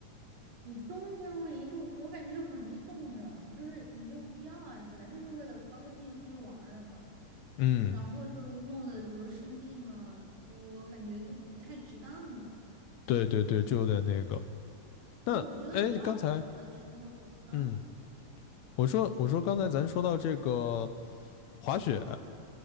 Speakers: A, on the right (about 85°); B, on the left (about 70°).
A: 你冬天露营就我感觉就很容易冻着，就是没有必要啊。你本来就是为了高高兴兴出去玩儿的嘛，
B: 嗯，
A: 嗯，然后就弄得比如生病了，我感觉就不太值当的。
B: 对对对，就有点那个。那哎，
A: 对，我觉得比较好的时候啊，
B: 刚才。嗯，我说我说刚才咱说到这个滑雪，